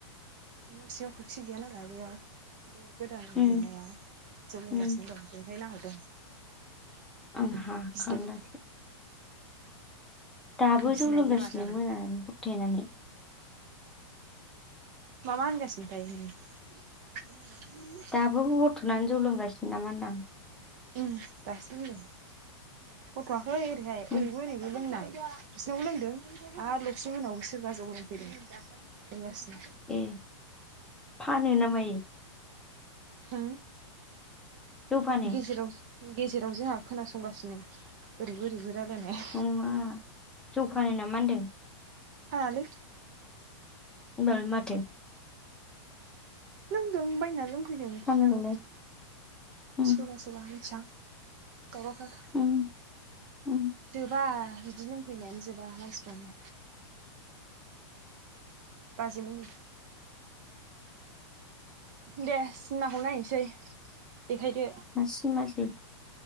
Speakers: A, on the right; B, in the centre.
A: न' सिङाव खोरखि गैयानालाय बेयाव बे गोदान
B: उम
A: लुनायाव जौ लोंगासिनो
B: उम
A: दं बेनिफ्रायनो नाहरदों
B: आं हाखांलासो
A: गिदों
B: दाबो
A: गिनाय
B: जौ लोंगासिनो
A: बेमार जादों
B: मोनानानै होबथेनानै।
A: मा मा होनगासिनोथाय नोङो? <unintelligible>
B: दाबो हथ'नानै जौ लोंगासिनो नामा होनदां।
A: ओं दासो लोंदों हरथौआखै ओरैहाय
B: उम
A: ओरैबो ओरैबो लोंनाय। बिसिनावबो लोंदों आर लक्समि मोननावबो सोरबा जौ लोंफैदों लोंगासिनो।
B: ए फानो ना मायो?
A: हो?
B: जौ फानो
A: गेराव गेजेराव जोंहा खोनासंगासिनो ओरैबो ओरैबो रायलायनाय।
B: नङा जौ फानो नामा होनदों?
A: फानालै
B: होमबालाय माथो?
A: लोंदों बायना लोंफैदों
B: फानोबालाय
A: खिनाव
B: उम
A: सोरबास <unintelligible> मिनथिआं दावरावथार।
B: उम उम
A: जोबा बिदि लोंफैनायानो जोबा मानसिफ्रानो बास मोनि दे सिनमाखौ नायनोसै देखायदो।
B: मासे मासे